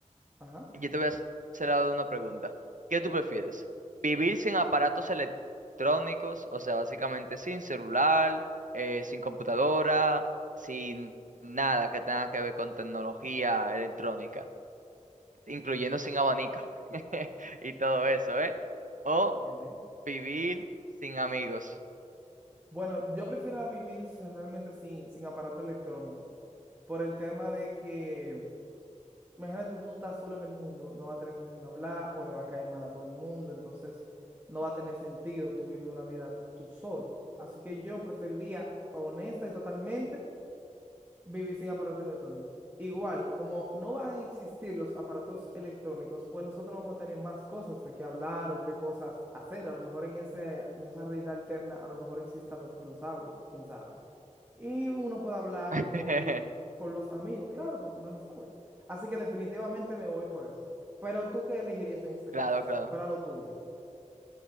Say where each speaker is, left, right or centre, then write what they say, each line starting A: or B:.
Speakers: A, on the right; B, on the right.
A: ajá.
B: yo te voy a hacer ahora una pregunta. ¿Qué tú
A: Dime.
B: prefieres? ¿Vivir sin aparatos electrónicos? O sea, básicamente sin celular, eh, sin computadora, sin nada que tenga que ver con tecnología electrónica incluyendo sin abanico <laughs> y todo eso, ¿eh? O
A: Ok.
B: vivir sin amigos.
A: Bueno, yo prefiero vivir s- realmente sin, sin aparatos electrónicos. Por el tema de que, imagínate, tú estás solo en el mundo, no va a tener con quién hablar o le va a caer mal a todo el mundo, entonces no va a tener sentido tú vivir una vida tú solo. Así que yo preferiría, honesta y totalmente, vivir sin aparatos electrónicos Igual, como no van a existir los aparatos electrónicos, pues nosotros vamos a tener más cosas de qué hablar o qué cosas hacer. A lo mejor en ese, en esa realidad alterna, a lo mejor existan los dinosaurios, quién sabe. Y uno puede hablar
B: <laughs>
A: con, con los amigos, claro, porque uno no sabe. Así que definitivamente me voy por eso. Pero tú qué elegirías en este
B: Claro,
A: caso, si
B: claro.
A: fuera lo tuyo.